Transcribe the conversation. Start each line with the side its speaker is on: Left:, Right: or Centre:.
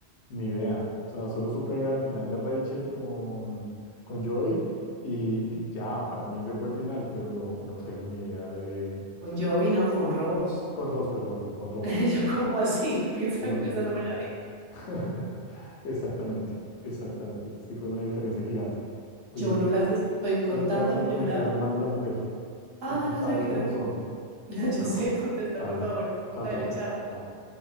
Left: ni idea. O sea, solo supe al final de Rachel con, con Joey y, y ya, para mí ese fue el final, pero no, no tengo ni idea de...
Right: Con Joey, no, con Ross.
Left: Con Ross, perdón, por- con
Right: <laughs>
Left: Ross.
Right: Yo como así, <laughs> que esa,
Left: No, no,
Right: esa
Left: no,
Right: no me
Left: no.
Right: la vi.
Left: <laughs> Exactamente, exactamente. Esa sí fue una diferencia gigante. Oye,
Right: Yo no las estoy contando,
Left: perdóname
Right: pero
Left: que
Right: yo me
Left: me está
Right: la...
Left: llamando la mujer
Right: Ah,
Left: y tú
Right: no,
Left: sabes
Right: tranqui, tranqui.
Left: cómo son.
Right: <laughs> Yo
Left: Perdón.
Right: sé, contesta,
Left: Vale.
Right: por favor.
Left: Chao,
Right: Dale,
Left: chao.
Right: chao.
Left: Chao.